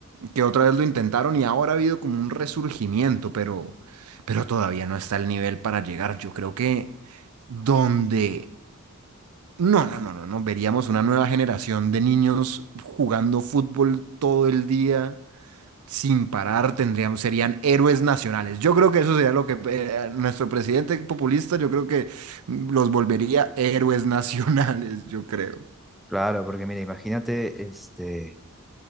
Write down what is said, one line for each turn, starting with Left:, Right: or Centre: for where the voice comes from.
Right: que otra vez lo intentaron y ahora ha habido como un resurgimiento, pero, pero todavía no está el nivel para llegar. Yo creo que donde... No, no, no, no, no. Veríamos una nueva generación de niños jugando fútbol todo el día sin parar. Tendríamos, serían héroes nacionales. Yo creo que eso sería lo que eh, nuestro presidente populista, yo creo que los volvería héroes nacionales, yo creo.
Centre: Claro, porque mira, imagínate, este